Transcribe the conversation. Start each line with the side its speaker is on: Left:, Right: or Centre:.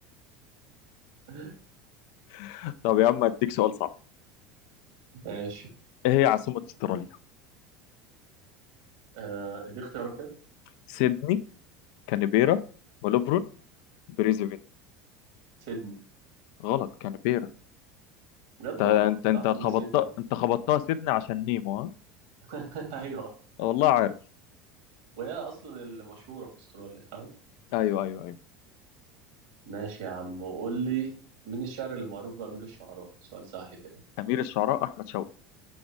Right: <laughs>
Left: <laughs> طب يا عم اديك سؤال صعب
Right: ماشي
Left: ايه هي عاصمة استراليا
Right: آه دي اختيارات كده
Left: سيدني كانبيرا ملبورن بريزبين
Right: سيدني
Left: غلط كانبيرا
Right: بجد
Left: انت انت
Right: والله
Left: انت
Right: تعرف
Left: خبطتها
Right: ان سيدني
Left: انت خبطتها سيدني عشان نيمو ها
Right: <laughs> أيوه،
Left: والله عارف
Right: وهي أصلًا المشهورة في أستراليا فاهم؟
Left: ايوه ايوه ايوه
Right: ماشي يا عم، وقُل لي مين الشاعر اللي معروف بأمير الشعراء؟ سؤال سهل كده،
Left: امير الشعراء احمد شوقي